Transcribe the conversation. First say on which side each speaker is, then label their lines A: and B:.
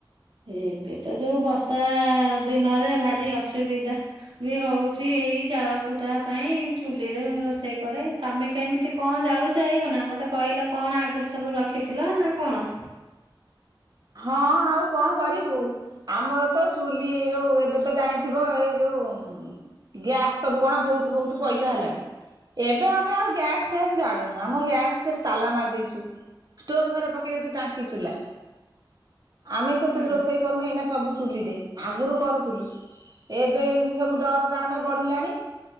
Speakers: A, on the right (about 75°); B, on the right (about 50°).
A: ଏବେତ ଯୋଉ ବର୍ଷା ଦିନରେ ଭାରି ଅସୁବିଧା ବି ହଉଚି ଏଇ ଜାଳ, କୁଟା ପାଇଁ ଚୁଲିରେ ରୋଷେଇ କରେ। ତମେ କେମିତି କଣ ଜାଳୁଚ ଏଇଖିନା ମତେ କହିଲ କଣ ଆଗୁରୁ ସବୁ ରଖିଥିଲ ନାକଣ?
B: ହଁ ଆଉ କଁ କରିବୁ। ଆମରତ ଚୁଲି ଯୋଉ ଏବେତ ଜାଣିଥିବ ଏଇ ଯୋଉ ଗ୍ୟାସ୍ ସବୁ କଣ ବହୁତ୍ ବହୁତ୍ ପଇସା ହେଲାଣି। ଏବେ ଆମେ ଆଉ ଗ୍ୟାସ୍ ଫ୍ୟାସ୍ ଜାଳୁନୁ ଆମ ଗ୍ୟାସ୍ ଦେରେ ତାଲା ମାରି ଦେଇଚୁ। ଷ୍ଟୋର ଘରେ ପକେଇ ଦେଇଚୁ ଟାଙ୍କି ଚୁଲା। ଆମେ ସେଥିରେ
A: ହୁଁ।
B: ରୋଷେଇ କରନୁ ଏଇନା ସବୁ ଚୁଲିରେ। ଆଗୁରୁ କରୁଥିଲୁ ଏବେ ଏମିତି ସବୁ ଦର ଦାମେ ବଢ଼ିଲାଣି